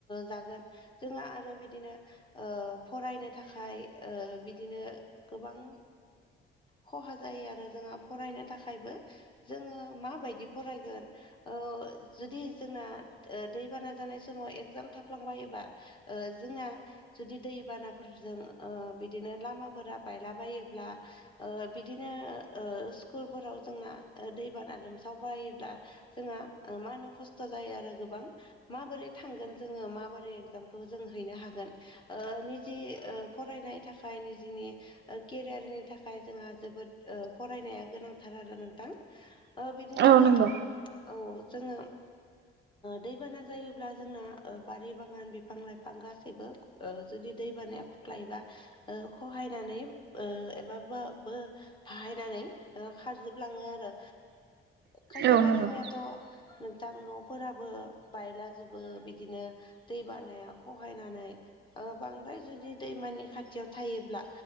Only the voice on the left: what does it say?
जागोन। जोंहा आरो बिदिनो फरायनो थाखाय बिदिनो गोबां खहा जायो आरो जोंहा फरायनो थाखायबो जोङो माबायदि फरायगोन। ओ जुदि जोंना दैबाना जानाय समाव एगजाम थाफ्लांबायोबा जोंना जुदि दैबानाफोरजों बिदिनो लामाफोरा बायलाबायोब्ला बि बिदिनो स्कुलफोराव जोंना दैबाना लोमसाव बायोब्ला जोंहा मा होनो खस्थ जायो आरो गोबां माबोरै थांगोन जोङो माबोरै एग्जामखौ जों हैनो हागोन। निजि फरायनाय थाखाय निजिनि केरियारनि थाखाय जोंहा जोबोद फरायनाया गोनांथार आरो नोंथां बिदिनो
जोङो
औ जोङो दैबाना जायोब्ला जोंना बारि बागान बिफां लाइफां गासैबो जुदि दै बानाया खुख्लायोबा खहायनानै एबा बा बो बाहायनानै खारजोबलाङो आरो खायसे
खायसेनियाथ'
नोंथां न'फोराबो बायलाजोबो बिदिनो दै बानाया खहायनानै बांद्राय जुदि दैमानि खाथियाव थायोब्ला